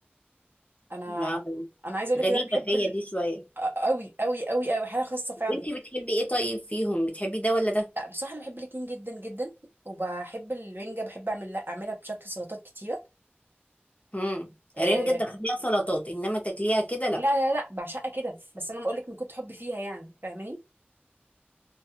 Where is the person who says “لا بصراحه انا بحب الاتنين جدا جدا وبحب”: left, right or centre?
Right